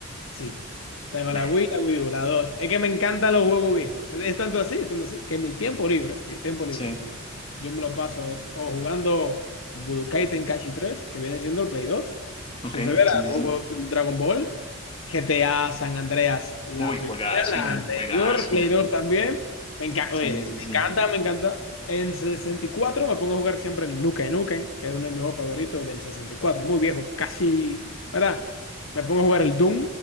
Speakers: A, on the left; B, on the left.
A: Sí. Tengo
B: Man,
A: la Wii, la Wii U, la 2. Es que me encantan los juegos viejos. Es tanto así, es tanto así, que en mi tiempo libre, mi tiempo libre,
B: sí,
A: Yo me lo paso, es o jugando Budokai Tenkaichi tres que viene siendo el Play dos,
B: ok,
A: Eso se verá,
B: sí, sí,
A: juego
B: sí.
A: Dragon Ball, GTA San Andreas, la
B: Uy,
A: primera,
B: juegazo,
A: la
B: man,
A: anterior,
B: juegazo.
A: Play dos también. Me encanta,
B: Sí,
A: oye,
B: sí,
A: me
B: sí.
A: encanta, me encanta. En 64 me pongo a jugar siempre el Nukem Nukem, que es uno de mis juegos favoritos del 64 muy viejo, casi, ¿verdad? Me pongo a jugar el Doom,